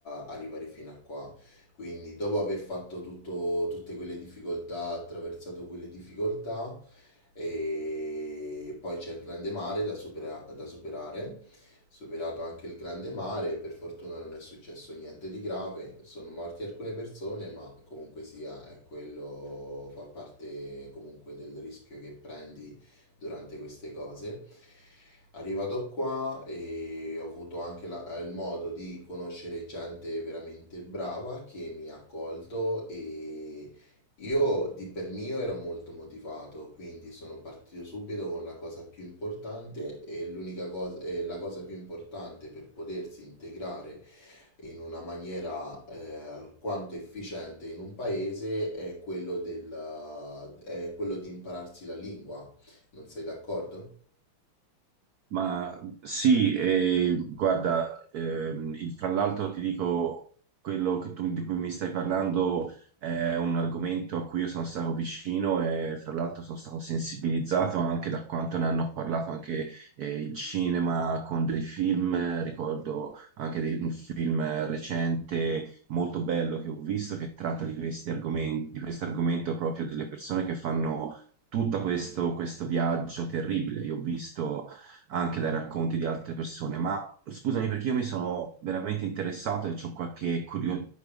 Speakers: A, on the left; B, on the right.
A: arrivare fino a qua. Quindi, dopo aver fatto tutto- tutte quelle difficoltà, attraversato quelle difficoltà, e poi c'è il grande mare da supera- da superare. Superato anche il grande mare, per fortuna non è successo niente di grave, sono morte alcune persone, ma comunque sia, è quello fa parte comunque del rischio che prendi durante queste cose. Arrivato qua e ho avuto anche la- il modo di conoscere gente veramente brava che mi ha accolto e io di per mio ero molto motivato, quindi sono partito subito con la cosa più importante e l'unica cosa, e la cosa più importante per potersi integrare in una maniera eh, alquanto efficiente in un paese è quello del, è quello di impararsi la lingua. Non sei d'accordo?
B: Ma sì, e guarda, ehm, il- fra l'altro ti dico, quello che tu- di cui mi stai parlando è un argomento a cui io sono stato vicino e fra l'altro sono stato sensibilizzato anche da quanto ne hanno parlato anche eh, il cinema con dei film, eh, ricordo anche dei- un film recente molto bello che ho visto che tratta di questi argomenti, di questo argomento proprio delle persone che fanno tutto questo, questo viaggio terribile. Io ho visto anche dai racconti di altre persone, ma scusami perché io mi sono veramente interessato e ho qualche, curio-